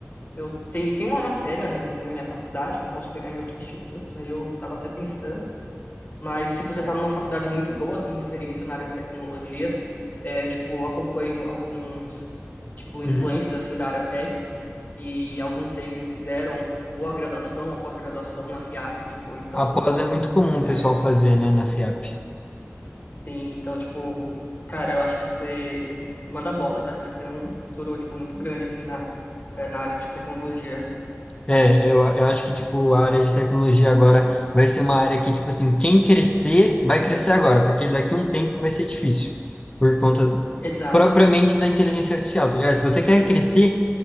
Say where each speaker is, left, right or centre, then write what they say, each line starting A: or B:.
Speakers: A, on the left; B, on the left.
A: Eu tenho, tem uma matéria, né, na minha faculdade que eu posso pegar em outro instituto, aí eu tava até pensando. Mas, tipo, você tá numa faculdade muito boa, assim, referência na área de tecnologia. É, tipo, eu acompanho alguns, tipo, influencers,
B: Uhum.
A: assim, da área tech. E alguns deles fizeram ou a graduação ou pós-graduação na FIAP, tipo, então,
B: Após é muito comum o
A: é,
B: pessoal fazer, né, na FIAP.
A: tem, então, tipo, cara, eu acho que você manda bola, que eu acho que você tem um futuro, tipo, muito grande, assim, na, é, na área de tecnologia.
B: É, eu, eu acho que, tipo, a área de tecnologia agora vai ser uma área que, tipo assim, quem crescer, vai crescer agora, porque daqui a um tempo vai ser difícil, por conta
A: Exato.
B: propriamente da inteligência artificial, tá ligado? Se você quer crescer,